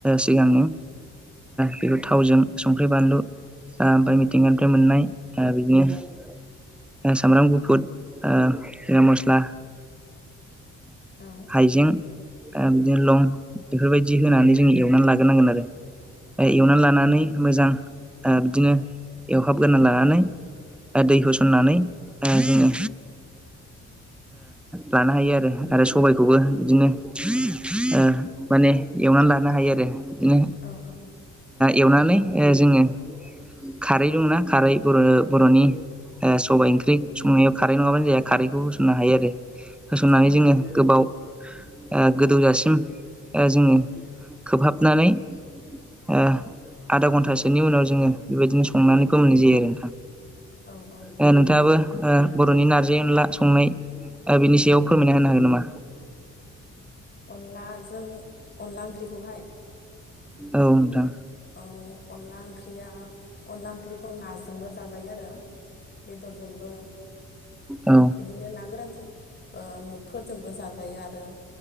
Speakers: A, in the centre; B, on the left.
A: सिगांनि बेखौ
B: औ
A: थावजों संख्रि बानलु ओमफ्राय मिथिंगानिफ्राय मोननाय बिदिनो सामब्राम गुफुर जिरा मस्ला
B: औ
A: हाइजें बिदिनो लं बेफोरबायदि होनानै जों एवनानै लाग्रोनांगोन आरो। एवनानै
B: औ
A: लानानै मोजां बिदिनो एवहाबगोरोनना लानानै दै होसननानै जोङो लानो हायो आरो आरो सबायखौबो बिदिनो ओ माने
B: औ
A: एवनानै लानो हायो आरो बिदिनो एवनानै ओ जोङो खारै दंना खारै बर' बर'नि ओ सबाइ ओंख्रि संनायाव खारै नङाबानो जाया खारैखौ होसननो हायो आरो। होसननानै
B: औ
A: जोङो
B: नंगौ
A: गोबाव ओ गोदौजासिम ओ जोङो खोबहाबनानै ओ आधा घन्टासोनि उनाव जोङो बेबायदिनो संनानैबो मोननाय जायो।
B: औ औ
A: ओ नोंथाङाबो ओ बर'नि नारजि अनला संनाय बिनि सो बेयाव फोरमायना होनो हागोन नामा?
B: अनलाजों अनला ओंख्रिखौहाय।
A: औ नोंथां
B: औ अनला ओंख्रिया अनला ओंख्रिखौ नाजोंबो जाजायो आरो बेदरजोंबो।
A: औ
B: बिदिनो ना गोरानफोर ओ उमुगफोर जोंबो जाजायो आरो